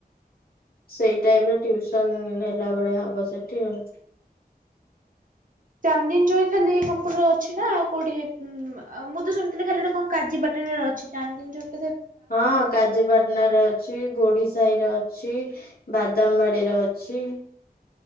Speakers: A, on the left; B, on the right.
A: ସେଇଟା ଏବେ ଟିଉସନ ହେଲା ଭଳିଆ ହବ ସେଠି ଆଉ।
B: ଚାନ୍ଦିନିଚୌକି ଖାଲି କମ୍ପୁଟର ଅଛି ନା, ଆଉ କୋଉଠି ଉଁ? ଆ ମୁଁ ତ ଶୁଣିଥିଲି ଖାଲି ଗୋଟେ କଣ କାଜି ପାଟଣରେ ଅଛି, ଚାନ୍ଦିନୀଚୌକି
A: ହଁ କାଜିପାଟଣା ରେ ଅଛି, ଗୋଡିଶ ସାହି ରେ ଅଛି, ବାଦାମବାଡିର ଅଛି।